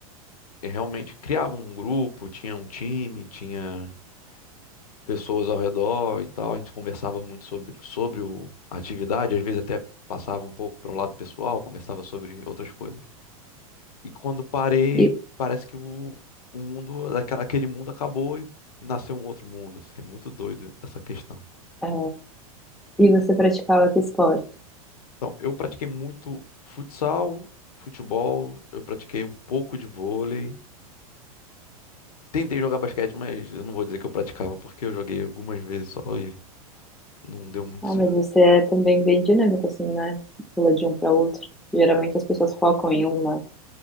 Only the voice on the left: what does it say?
eu realmente criava um grupo, tinha um time, tinha pessoas ao redor e tal. A gente conversava muito sobre, sobre o, a atividade, às vezes até passava um pouco para o lado pessoal, conversava sobre outras coisas. E quando parei,
parece que o, o mundo, aquela- aquele mundo acabou e nasceu um outro mundo. assim, é muito doido essa questão.
Então, eu pratiquei muito futsal, futebol, eu pratiquei um pouco de vôlei. Tentei jogar basquete, mas eu não vou dizer que eu praticava, porque eu joguei algumas vezes só e não deu muito
certo.